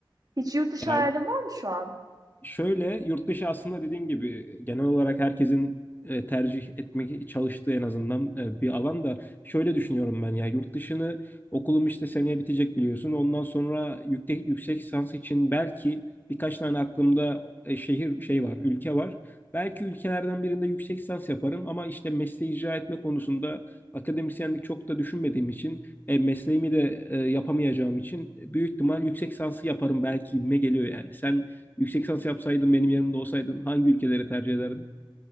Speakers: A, on the right; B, on the left.
A: Hiç yurt dışı
B: Ya
A: hayalin var mı şu an?
B: Şöyle yurt dışı aslında dediğin gibi genel olarak herkesin e, tercih etmek çalıştığı en azından e, bir alan da şöyle düşünüyorum ben ya yurt dışını okulum işte seneye bitecek biliyorsun. Ondan sonra yüksek yüksek lisans için belki birkaç tane aklımda e, şehir şey var, ülke var. Belki ülkelerden birinde yüksek lisans yaparım ama işte mesleği icra etme konusunda akademisyenlik çok da düşünmediğim için e, mesleğimi de e, yapamayacağım için büyük ihtimal yüksek lisansı yaparım belki gibime geliyor yani. Sen Yüksek lisans yapsaydın benim yanımda olsaydın hangi ülkeleri tercih ederdin?